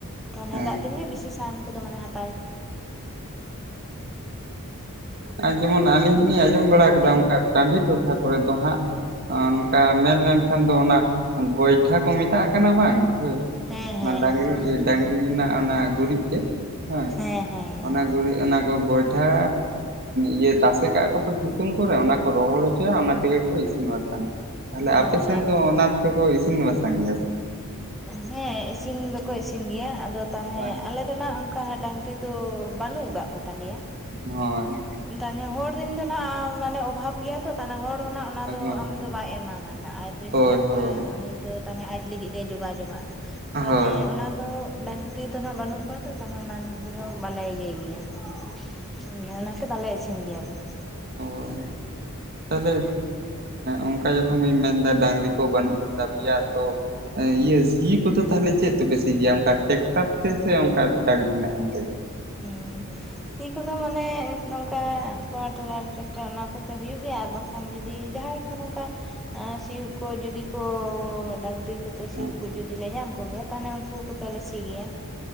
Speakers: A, in the centre; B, on the right.
A: ᱛᱟᱦᱟᱱᱮ
B: ᱦᱳᱭ
A: ᱫᱟᱜ ᱫᱤᱱ ᱜᱮ ᱵᱤᱥᱤ ᱥᱟᱦᱟᱱ ᱠᱚᱫᱚ ᱢᱟᱱᱮ ᱦᱟᱠ
B: ᱟᱨ ᱡᱮᱢᱚᱱ ᱟᱹᱞᱤᱧ ᱦᱚᱸᱞᱤᱧ ᱟᱸᱡᱚᱢ ᱵᱟᱲᱟ ᱚᱱᱠᱟ ᱴᱟᱺᱰᱤ ᱴᱚᱴᱷᱟ ᱠᱚᱨᱮ ᱫᱚ ᱦᱟᱸᱜ ᱚᱱᱠᱟ ᱢᱮᱱᱞᱱᱠᱷᱟᱱ ᱫᱚ ᱚᱱᱟ ᱜᱚᱭᱴᱷᱟ ᱠᱚ ᱢᱮᱛᱟᱜ ᱠᱟᱱᱟ ᱵᱟᱝ ᱦᱳᱭ
A: ᱦᱮᱸ
B: ᱚᱱᱟ
A: ᱦᱮᱸ
B: ᱰᱟᱝᱨᱤ
A: ᱮᱠᱫᱚᱢ ᱦᱮᱸ
B: ᱰᱟᱝᱨᱤ ᱨᱮᱱᱟᱜ ᱚᱱᱟ ᱜᱩᱨᱤᱡ ᱛᱮ ᱦᱚᱭ
A: ᱦᱮᱸ ᱦᱮᱸ
B: ᱚᱱᱟ ᱜᱩᱨᱤᱡ ᱚᱱᱟ ᱠᱚ ᱜᱚᱡ ᱯᱤᱴᱷᱟ ᱤᱭᱟᱹ ᱛᱟᱥᱮ ᱠᱟᱜ ᱠᱚ ᱛᱚ ᱥᱤᱛᱩᱝ ᱠᱚᱨᱮ ᱚᱱᱟ ᱠᱚ ᱨᱚᱦᱚᱲ ᱦᱚᱪᱚᱭᱟ ᱚᱱᱟ ᱛᱮᱜᱮ ᱠᱚ ᱤᱥᱤᱱ ᱵᱟᱥᱟᱝ ᱛᱟᱦᱚᱞᱮ
A: ᱦᱮᱸ
B: ᱟᱯᱮ ᱥᱮᱱ ᱫᱚ ᱚᱱᱟ ᱛᱮᱠᱚ ᱤᱥᱤᱱ ᱵᱟᱥᱟᱝ ᱜᱮᱭᱟ
A: ᱦᱮᱸ ᱤᱥᱤᱱ ᱫᱚᱠᱚ ᱤᱥᱤᱱ ᱜᱮᱭᱟ ᱟᱫᱚ ᱛᱟᱦᱚᱞᱮ
B: ᱦᱳᱭ
A: ᱟᱞᱮ ᱱᱟᱜ ᱚᱱᱠᱟ ᱰᱟᱝᱨᱤ ᱫᱚ ᱵᱟᱹᱱᱩᱜ ᱟᱠᱟᱫ ᱠᱚ ᱛᱟᱞᱮᱭᱟ
B: ᱦᱳᱹᱭ
A: ᱛᱮ ᱦᱚᱲ ᱨᱮᱱ ᱫᱚ ᱱᱟᱜ ᱢᱟᱱᱮ ᱚᱵᱷᱟᱵ ᱜᱮᱭᱟ ᱛᱚ ᱛᱟᱦᱮ ᱦᱚᱲ ᱦᱚᱸᱱᱟᱜ ᱚᱱᱟ ᱫᱚ
B: ᱦᱳᱭ
A: ᱟᱢ ᱫᱚ <unintelligible> ᱵᱟᱭ ᱮᱢᱟᱢᱟᱭ ᱟᱡᱨᱮᱱ
B: ᱦᱳᱭ
A: ᱢᱮᱱᱟᱜ
B: ᱦᱳᱭ
A: ᱠᱚᱣᱟ ᱩᱱᱤ ᱫᱚ ᱛᱟᱦᱚᱞᱮ ᱟᱡ ᱞᱟᱹᱜᱤᱫ ᱮ ᱡᱳᱜᱟᱡᱳᱼᱟ
B: ᱦᱳᱭ
A: ᱛᱟᱦᱚᱞᱮ ᱚᱱᱟ ᱫᱚ ᱰᱟᱝᱨᱤ ᱫᱚ ᱱᱟᱜ ᱵᱟᱹᱱᱩᱜ ᱠᱚᱣᱟ ᱛᱚ ᱛᱟᱦᱚᱞᱮ ᱚᱱᱟ ᱫᱚ ᱵᱟᱞᱮ ᱤᱭᱟᱹᱭ ᱜᱮᱭᱟ ᱢᱟᱱᱮ ᱚᱱᱟᱛᱮ ᱵᱟᱞᱮ ᱤᱥᱤᱱ ᱜᱮᱭᱟ ᱟᱨᱠᱤ
B: ᱦᱳᱭ ᱛᱟᱦᱚᱞᱮ ᱚᱱᱠᱟ ᱡᱚᱠᱷᱚᱱᱤᱧ ᱢᱮᱱᱫᱟ ᱰᱟᱝᱨᱤ ᱠᱚ ᱵᱟᱹᱱᱩᱜ ᱟᱠᱟᱫᱟ ᱫᱯᱮᱭᱟ ᱛᱚ ᱤᱭᱟᱹ ᱥᱤ ᱠᱚᱫᱚ ᱛᱟᱦᱚᱞᱮ ᱪᱮᱫ ᱛᱮᱯᱮ ᱥᱤ ᱜᱮᱭᱟ ᱚᱱᱠᱟ ᱴᱮᱠᱴᱟᱨ ᱛᱮ ᱥᱮ ᱚᱱᱠᱟ ᱰᱟᱜᱨᱤ ᱱᱟᱦᱮᱞᱛᱮ
A: ᱦᱮᱸ ᱥᱤ ᱠᱚᱫᱚ ᱢᱟᱱᱮ ᱱᱚᱝᱠᱟ ᱯᱟᱣᱟᱨ ᱴᱮᱞᱟᱨ ᱴᱨᱟᱠᱴᱟᱨ ᱚᱱᱟ ᱠᱚᱛᱮ ᱦᱩᱭᱩᱜ ᱜᱮᱭᱟ ᱟᱨ ᱵᱟᱝᱠᱷ ᱡᱩᱫᱤ ᱡᱟᱦᱟᱸᱭ ᱠᱚ ᱱᱚᱝᱠᱟ ᱥᱤᱭᱜ ᱠᱚ ᱡᱩᱫᱤ ᱠᱚ ᱰᱟᱹᱟᱝᱨᱤ ᱠᱚᱛᱮ
B: ᱦᱳᱭ
A: ᱥᱤᱭᱜ ᱠᱚ ᱡᱩᱫᱤ ᱞᱮ ᱧᱟᱢ ᱠᱚᱜᱮᱭᱟ ᱛᱟᱦᱚᱞᱮ ᱩᱱᱠᱩ ᱠᱚ ᱛᱟᱦᱞᱮ ᱞᱮ ᱥᱤ ᱜᱮᱭᱟ